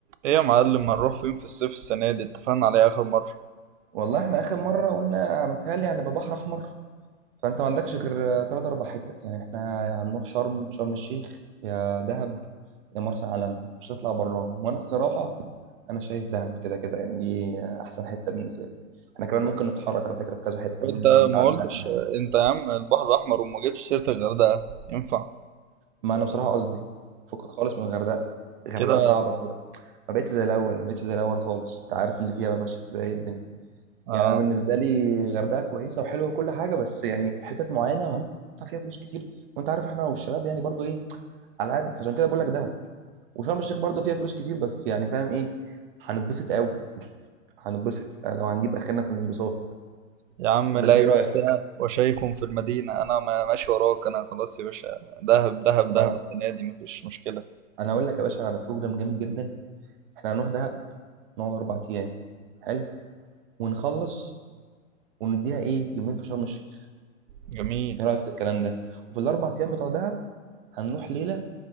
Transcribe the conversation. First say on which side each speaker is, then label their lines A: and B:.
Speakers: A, on the right (about 70°); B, on the right (about 45°).
A: ايه يا معلم هنروح فين في الصيف السنة دي اتفقنا عليه آخر مرة
B: والله احنا اخر مره قلنا متهيألي هنبقى بحر احمر فانت ما عندكش غير ثلاث اربع حتت يعني احنا يا هنروح شرم شرم الشيخ يا دهب يا مرسى علم مش هتطلع براهم وانا الصراحه انا شايف دهب كده كده يعني دي احسن حته بالنسبه لي احنا كمان ممكن نتحرك على فكره في كذا حته
A: انت
B: من بعد
A: ما قلتش
B: دهب يعني
A: انت يا عم البحر الأحمر وما جبتش سيرة الغردقة ينفع
B: ما انا بصراحه قصدي فكك خالص من الغردقه الغردقه
A: كده
B: صعبه كده ما بقتش زي الاول ما بقتش زي الاول خالص انت عارف اللي فيها بقى ماشيه ازاي الدنيا
A: آه.
B: يعني انا بالنسبه لي الغردقه كويسه وحلوه وكل حاجه بس يعني في حتت معينه وهندفع فيها فلوس كتير وانت عارف احنا والشباب يعني برضو ايه على قد فعشان كده بقول لك دهب وشرم الشيخ برضو فيها فلوس كتير بس يعني فاهم ايه هنتبسط قوي هنتبسط لو هنجيب اخرنا في الانبساط
A: يا عم
B: ولا
A: لا
B: انت ايه
A: يفتى
B: رايك
A: وشيخ في المدينة أنا ما- ماشي وراك أنا خلاص يا باشا دهب دهب
B: طب
A: دهب
B: انا
A: السنة دي مفيش مشكلة
B: انا اقول لك يا باشا على بروجرام جامد جدا احنا هنروح دهب نقعد اربع ايام حلو ونخلص ونديها ايه يومين في شرم الشيخ
A: جميل
B: ايه رايك في الكلام ده وفي الاربع ايام بتوع دهب هنروح ليله